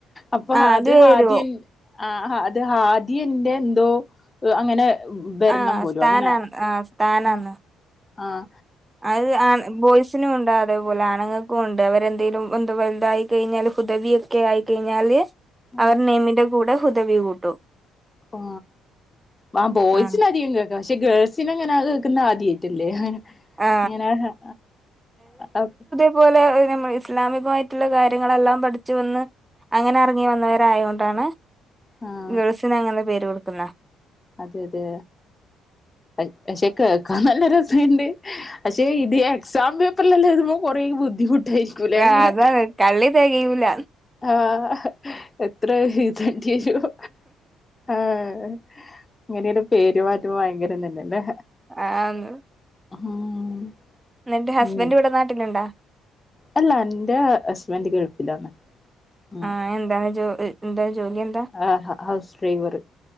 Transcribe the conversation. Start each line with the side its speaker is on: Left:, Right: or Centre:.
Left: അപ്പൊ
Right: ആ
Left: അത്
Right: വരും
Left: ഹാദി ആ അത് ഹാദി ഇന്റെ എന്തോ അങ്ങനെ വെരണം
Right: ആ
Left: മ്പോലോ
Right: സ്ഥാനാണ്
Left: അങ്ങനെ
Right: ആ സ്ഥാനാന്ന്
Left: ആഹ ആഹ
Right: അത് ആഹ ബോയ്സ് ബോയിസിനും ഉണ്ട് അതേപോലെ ആണുങ്ങൾക്കും ഉണ്ട് അവരെന്തെങ്കിലും എന്ത വലുതായി കഴിഞ്ഞാല് ഹുദവിയൊക്കെ ആയിക്കഴിഞ്ഞാല് അവരെ
Left: ആഹ്
Right: നെയിമിന്റെ കൂടെ ഹുദവി കൂട്ടും
Left: ഒ ആഹ ബോയ്സിന്
Right: ആ
Left: അധികം കേ പക്ഷെ ഗേൾസിന് അങ്ങനെ കേക്കുന്നേ ആദ്യായിട്ടല്ലേ
Right: ആ
Left: ഇങ്ങനെ ആഹ ആഹ
Right: ഇതുപോലെ നമ്മൾ ഇസ്ലാമികമായിട്ടുള്ള കാര്യങ്ങളെല്ലാം പഠിച്ചു വന്ന് അങ്ങനെ അറങ്ങി വന്നവര് ആയോണ്ടാണ്
Left: ആഹ്
Right: ഗൾസിന് അങ്ങനെ പേര് കൊടുക്കുന്നേ
Left: അതെ അതെ പക്ഷെ കേക്കാൻ നല്ലെ രസയിണ്ട് പക്ഷെ ഇത് എക്സാം പേപ്പറിലെല്ലാം എഴുതുമ്പോ കൊറെ ബുദ്ധിമുട്ടായിരിക്കുല്ലെ
Right: ആ,
Left: ഇങ്ങനെ
Right: അതാണ് കള്ളി തികയൂല
Left: ആഹ് എത്ര എഴുതേണ്ടിവരും ആഹ് ഇങ്ങനെയൊരു പേര് മാറ്റുമ്പോ ഭയങ്കരം തന്നല്ലേ
Right: ആന്ന്
Left: ഉം
Right: ഇന്നട്ട് ഹസ്ബന്റ്
Left: ഉം
Right: ഇവിടെ നാട്ടിലുണ്ടാ
Left: അല്ല ഇന്റെ ഹസ്ബൻഡ് ഗൾഫിലാണ് ആഹ്
Right: അയിന് എന്താണ് ജോ എന്താ ജോലി എന്താ
Left: ആഹ് ഹൗസ് ഡ്രൈവർ